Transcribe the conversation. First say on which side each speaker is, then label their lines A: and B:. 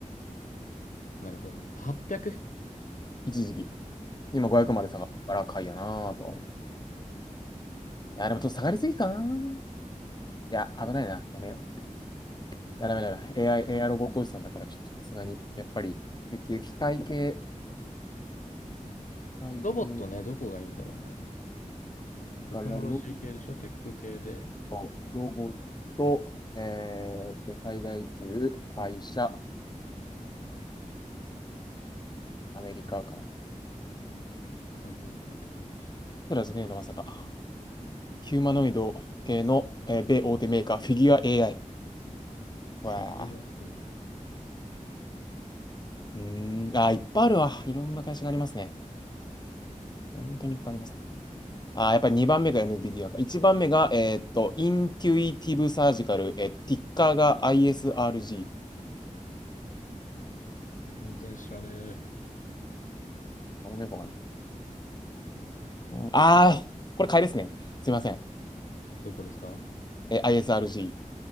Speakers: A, on the left (about 75°); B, on the left (about 30°).
A: なるほどね。800?
B: 一時期。今500まで下がったから買いやなぁとは思う。
A: うん
B: いや、でもちょっと下がりすぎかなぁ。いや、危ないな。やめよう。いや、ダメだめ。AI、AI ロボットおじさんだから、ちょっとさすがに、やっぱり、石油機械系、機械系、
A: ロボットね、どこがいいんだろうね。
B: だからロボッ
A: テクノロジー系でしょテック系で。
B: ト、ロボット、えーっと、最大級、会社、アメリカかな。
A: スカイウォーターテクノロジ
B: プラスゲーのまさか。ヒューマノイド系の、えー米大手メーカー、フィギュア AI。わあ。
A: ー。フィギュア AI。
B: うーん。あー、いっぱいあるわ。いろんな会社がありますね。本当にいっぱいありますね。あー、やっぱり2番目が NVIDIA か。1番目が、えーっと、インテュイティブサージカル、えーティッカーが ISRG。
A: 全然知らねえ。
B: この猫がね。うんあー、これ買いですね。すいません。
A: どこですか
B: えー ISRG。